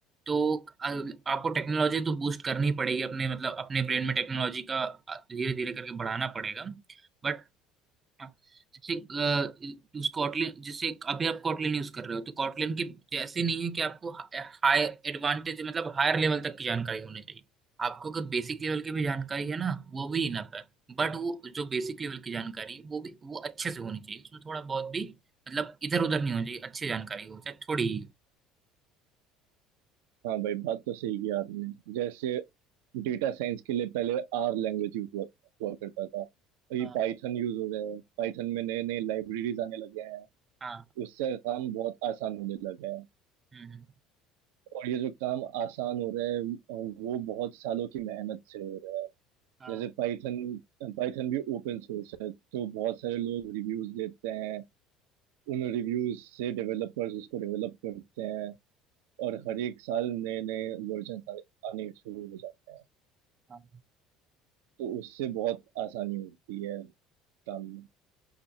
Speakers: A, on the right; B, on the right.
A: तो अ- आपको टेक्नोलॉजी तो बूस्ट करनी ही पड़ेगी अपने मतलब अपने ब्रेन में टेक्नोलॉजी का धीरे धीरे करके बढ़ाना पड़ेगा बट हाँ, जैसे अ, स्कॉटलैंड जैसे अभी आप कॉटलैंड यूज कर रहे हो तो कॉटलैंड की जैसे नहीं है कि आपको हाई एडवांटेज मतलब हायर लेवल तक की जानकारी होनी चाहिए आपको अगर बेसिक लेवल की भी जानकारी है ना वो भी इनफ है बट वो जो बेसिक लेवल की जानकारी है वो भी वो अच्छे से होनी चाहिए उसमें थोड़ा बहुत भी मतलब इधर उधर नहीं होनी चाहिए अच्छी जानकारी हो चाहे थोड़ी ही हो।
B: हाँ भाई बात तो सही की आपने जैसे डेटा साइंस के लिए पहले आर लैंग्वेज यूज हुआ हुआ करता था और ये
A: हाँ
B: पाइथन यूज हो गया है पाइथन में नए नए लाइब्रेरीज आने लगे हैं
A: हाँ
B: उससे काम बहुत आसान होने लगा है
A: हम्म हम्म,
B: और ये जो काम आसान हो रहा है वो बहुत सालों की मेहनत से हो रहा है
A: हाँ
B: जैसे पाइथन पाइथन भी ओपन सोर्स है तो बहुत सारे लोग रिव्यूज देते हैं उन रिव्यूज से डेवलपर्स उसको डेवलप करते हैं और हर एक साल नए नए वर्जन आने शुरू हो जाते हैं
A: हाँ।
B: तो उससे बहुत आसानी होती है काम में